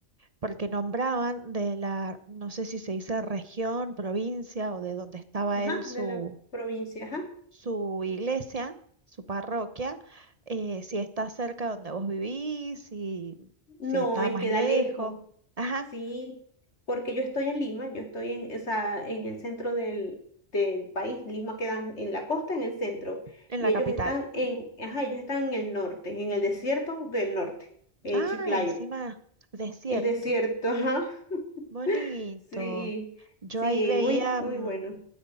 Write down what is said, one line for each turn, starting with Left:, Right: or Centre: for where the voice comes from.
Right: porque nombraban de la, no sé si se dice región, provincia o de donde estaba
Left: ajá,
Right: él su,
Left: de la provincia, ajá.
Right: su iglesia, su parroquia, eh, si está cerca de donde vos vivís, si, si
Left: No,
Right: está
Left: es
Right: más
Left: queda
Right: lejos.
Left: lejos.
Right: Ajá,
Left: Sí, porque yo estoy en Lima, yo estoy en, o sea, en el centro del, del país. Lima queda en la costa, en el centro,
Right: en
Left: y
Right: la
Left: ellos
Right: capital.
Left: están
Right: Ujú.
Left: en, ajá, ellos están en el norte, en el desierto del norte, en
Right: Ah,
Left: Chiclayo.
Right: encima, desierto.
Left: Es desierto, ajá. <laughs>
Right: Bonito.
Left: Sí,
Right: Yo
Left: sí,
Right: ahí veía
Left: muy, muy
Right: mm,
Left: bueno.